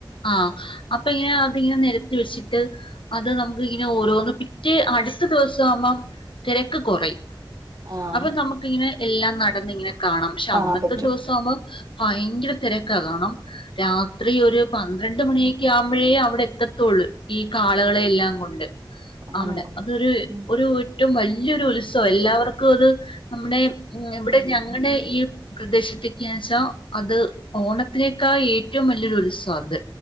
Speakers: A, on the left; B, on the right.
A: ആഹ അപ്പൊ ഇങ്ങനെ അതിങ്ങനെ നിരത്തി വെച്ചിട്ട് അത് നമുക്ക് ഇങ്ങനെ ഓരോന്ന് പിറ്റേ അടുത്ത ദിവസം ആവുമ്പോ തിരക്ക് കുറയും
B: ആഹ്
A: അപ്പൊ നമുക്കിങ്ങനെ എല്ലാം നടന്ന് ഇങ്ങനെ കാണാം പക്ഷെ
B: കാണാൻ
A: അന്നത്തെ
B: പറ്റും
A: ദിവസം ആവുമ്പോ ഭയങ്കര തിരക്കാ കാരണം രാത്രി ഒരു പന്ത്രണ്ട് മണിയൊക്കെ ആവുമ്പോഴേ അവിടെ എത്തത്തുള്ളൂ ഈ കാളകളെല്ലാം
B: ഓ
A: കൊണ്ട്
B: അങ്ങനെയാണോ
A: അവിടെ അതൊരു
B: ഉം
A: ഒരു ഏറ്റവും വല വലിയൊരു ഉത്സവം എല്ലാവർക്കും അത് നമ്മുടെ ഇവിടെ ഞങ്ങളുടെ ഈ പ്രദേശത്തേക്കെയ വെച്ചാ അത് ഓണത്തിലേക്കാ ഏറ്റവും വലിയൊരുസവാ അത്